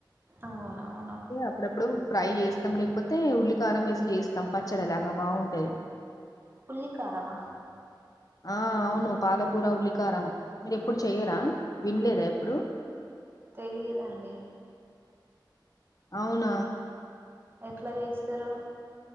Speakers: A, on the right; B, on the left.
A: అవునవును
B: అప్పుడప్పుడు ఫ్రై చేస్తాం లేకపోతే ఉల్లికారం వేసి చేస్తాం పచ్చడిలాగా బాగుంటాయి
A: పుల్లికారమా
B: ఆ అవును పాలకూర ఉల్లికారం మీరు ఎప్పుడు చెయరా వినలేదా ఎప్పుడు
A: తెలియదండి
B: అవునా
A: ఎట్లా చేస్తారు